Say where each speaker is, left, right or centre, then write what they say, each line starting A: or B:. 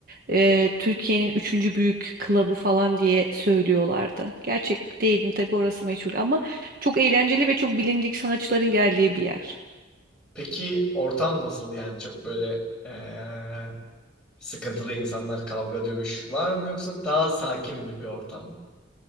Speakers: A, on the right (about 45°); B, in the centre.
A: E, Türkiye'nin üçüncü büyük klabı falan diye söylüyorlardı. Gerçek değil mi? Tabii orası meçhul ama çok eğlenceli ve çok bilindik sanatçıların geldiği bir yer.
B: Peki ortam nasıl yani çok böyle eee, sıkıntılı insanlar kavga dövüş var mı yoksa daha sakin bir, bir ortam mı?